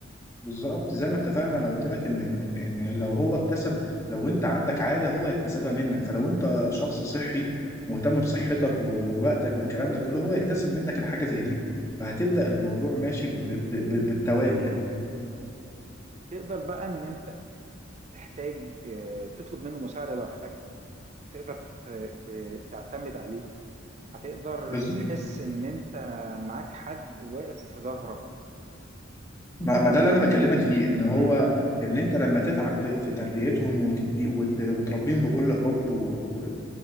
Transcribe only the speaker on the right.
م.
تقدر بقى ان انت تحتاج آه، تطلب منه مساعدة لو احتجت تقدر ت- ت- تعتمد عليه هتقدر
تحس ان انت معاك حد واقف في ظهرك
وده
مو
امم